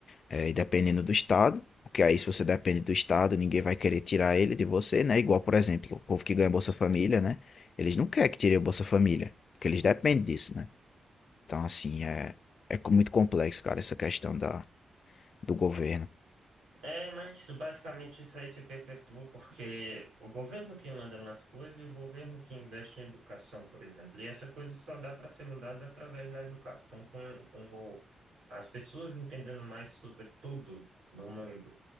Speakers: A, on the left; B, on the right.
A: é, e dependendo do Estado. Porque aí, se você depende do Estado, ninguém vai querer tirar ele de você, né? Igual, por exemplo, o povo que ganha Bolsa Família, né? Eles não querem que tire o Bolsa Família, porque eles dependem disso, né? Então, assim, é, é muito complexo, cara, essa questão da, do governo.
B: É, mas basicamente isso aí se perpetua porque o governo que manda nas coisas e o governo que investe em educação, por exemplo. E essa coisa só dá para ser mudada através da educação, com, com o- as pessoas entendendo mais sobre tudo no mundo